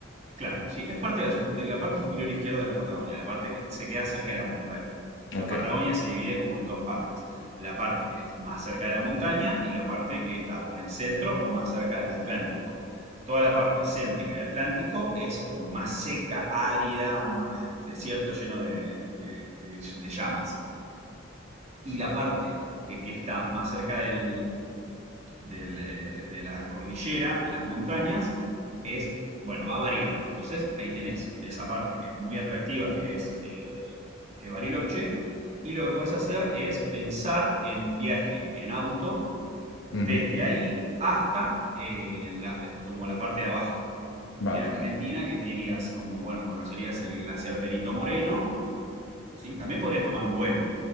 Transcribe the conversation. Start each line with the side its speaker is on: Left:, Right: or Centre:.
Right: claro, sí, es parte de la, sup- de la parte superior izquierda de la Patagonia, la parte que se queda cerca de la montaña. La
Left: Ok,
Right: Patagonia se divide como en dos partes, la parte que es más cerca de la montaña y la parte que está o en el centro o más cerca del Atlántico. Toda la parte céntrica del Atlántico es como más seca, árida, más de- desierto lleno de, de- de- de llamas. Y
Left: vale.
Right: la parte que, que está más cerca del, del, eh, de la cordillera, de las montañas, es, bueno, va variando. Entonces ahí tenés esa parte que es muy atractiva, que es, eh, que es Bariloche, y lo que podés hacer es pensar en un viaje en auto
Left: Ujú,
Right: desde ahí hasta eh, la- como la parte de abajo
Left: vale.
Right: de Argentina, que te irías como, bueno, conocerías el glaciar Perito Moreno, ¿sí? También podrías tomar un vuelo,